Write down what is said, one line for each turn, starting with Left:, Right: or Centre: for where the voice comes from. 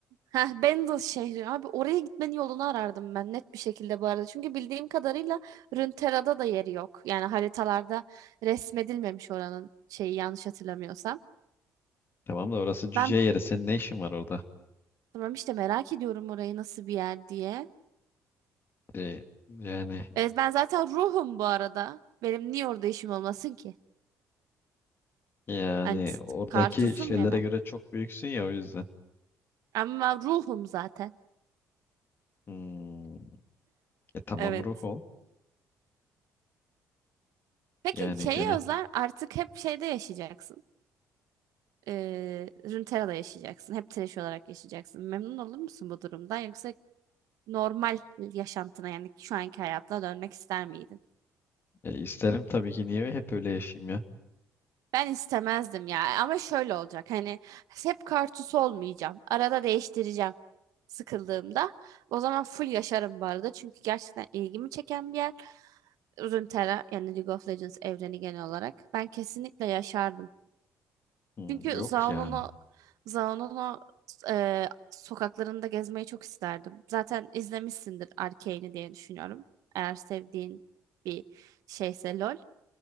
Right: Heh, Bendel şehri. Abi oraya gitmenin yolunu arardım ben net bir şekilde bu arada. Çünkü bildiğim kadarıyla Runeterra'da da yeri yok. Yani haritalarda resmedilmemiş oranın şeyi yanlış hatırlamıyorsam.
Left: Tamam da orası cüce
Right: Ben
Left: yeri. Senin ne işin var orada?
Right: tamam işte merak ediyorum orayı nasıl bir yer diye.
Left: E, yani
Right: Evet ben zaten ruhum bu arada. Benim niye orada işim olmasın ki?
Left: yani
Right: Hani t-
Left: oradaki
Right: kartusum
Left: şeylere
Right: ya ben.
Left: göre çok büyüksün ya o yüzden.
Right: Ama ruhum zaten.
Left: Hmm, e, tamam
Right: Evet.
Left: ruh ol.
Right: Peki
Left: Yani
Right: şeye
Left: gene
Right: özel artık hep şeyde yaşayacaksın. e, Runeterra'da yaşayacaksın. Hep trash olarak yaşayacaksın. Memnun olur musun bu durumdan? Yoksa normal yaşantına yani şu anki hayatına dönmek ister miydin?
Left: e, isterim tabii ki niye hep öyle yaşayayım ya?
Right: Ben istemezdim ya. Ama şöyle olacak. Hani hep kartuş olmayacağım. Arada değiştireceğim sıkıldığımda. O zaman full yaşarım bu arada. Çünkü gerçekten ilgimi çeken bir yer. Runeterra yani League of Legends evreni genel olarak. Ben kesinlikle yaşardım.
Left: Hmm,
Right: Çünkü
Left: yok
Right: Zaun'unu
Left: ya.
Right: Zaun'unu e, sokaklarında gezmeyi çok isterdim. Zaten izlemişsindir Arcane'i diye düşünüyorum. Eğer sevdiğin bir şeyse LOL.